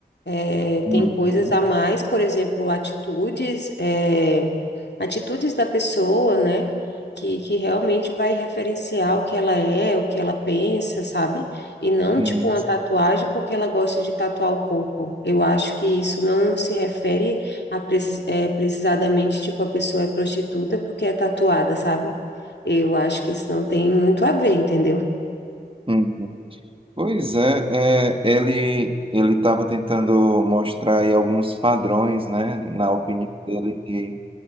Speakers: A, on the left; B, on the right.
A: É, tem
B: uhum,
A: coisas a mais, por exemplo, atitudes, é, atitudes da pessoa, né? Que, que realmente vai referenciar o que ela é, o que ela pensa, sabe? E não,
B: uhum,
A: tipo, uma tatuagem porque ela gosta de tatuar o corpo. Eu acho que isso não se refere a precis, é, precisadamente, tipo, a pessoa é prostituta porque é tatuada, sabe? Eu acho que isso não tem muito a ver, entendeu?
B: uhum. Pois é, é, ele ele estava tentando mostrar aí alguns padrões, né, na opinião dele que